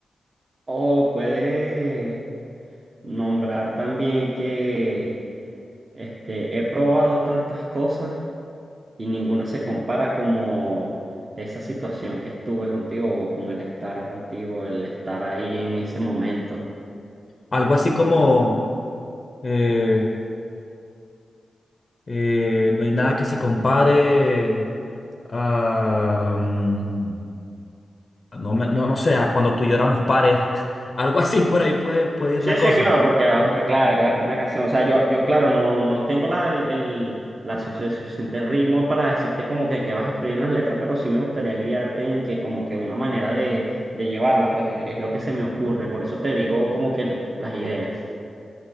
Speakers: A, on the right (about 35°); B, on the left (about 35°).
A: O puede nombrar también que este, he probado tantas cosas y ninguna se compara como esa situación que estuve contigo o con el estar contigo, el estar ahí en ese momento.
B: Algo así como eh, eh, no hay nada que se compare a, mm, no, me- no, no sé, a cuando tú lloramos pares. <laughs> Algo así por ahí puede, puede ir
A: Sí,
B: la
A: sí,
B: cosa.
A: claro, porque, o sea, claro, claro, es una canción. O sea, yo, yo claro, no, no tengo la, el, el- la sufic- el suficiente ritmo para decirte como que, que vas a escribir en las letras, pero sí me gustaría guiarte en que como que una manera de, de llevarla, pues es, es lo que se me ocurre. Por eso te digo como que el- las ideas.